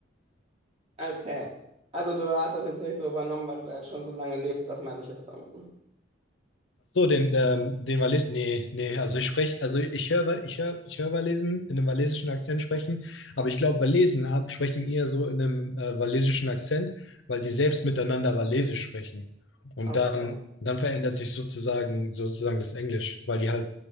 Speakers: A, on the right; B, on the left.
A: okay. Also du hast das jetzt nicht so übernommen, weil du da jetzt schon so lange lebst, das meine ich jetzt damit.
B: So, den, ähm, den Wales, nee, nee, also ich spreche, also ich höre, ich höre, ich höre Walesen in einem walesischen Akzent sprechen, aber ich glaube, Walesen haben, sprechen eher so in einem äh, walesischen Akzent, weil sie selbst miteinander Walesisch sprechen. Und
A: Ach
B: dann,
A: so.
B: dann verändert sich sozusagen, sozusagen das Englisch, weil die halt